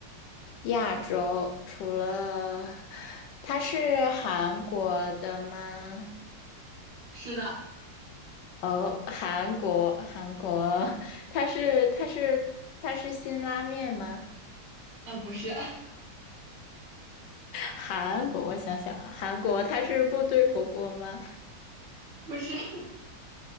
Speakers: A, on the left; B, on the right.
A: 亚洲除了它是韩国的吗？
B: 是的，
A: 哦，韩国，韩国，它是它是它是辛拉面吗？
B: 嗯、不是，<laughs>
A: 韩国，我想想啊，韩国它是部队火锅吗？
B: 不是，<laughs>